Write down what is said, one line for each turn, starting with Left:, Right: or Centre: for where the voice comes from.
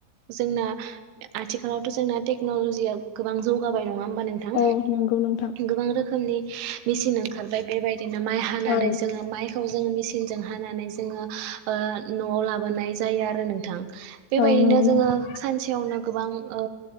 Right: जोंना आथिखालावथ' जोंना टेक्न'लजिया गोबां जौगाबाय नङा नङा होमबा नोंथां
Left: औ नंगौ नोंथां
Right: गोबां रोखोमनि मिसिन ओंखार खारबाय बेबायदिनो माइ हानानै
Left: औ
Right: जोङो माइखौ जोङो मिसिनजों हानानै जोङो ओ न'आव लाबोनाय जायो आरो नोंथां बेबायदिनो
Left: औ नंगौ नोंथां
Right: जोङो सानसेयावनो गोबां ओ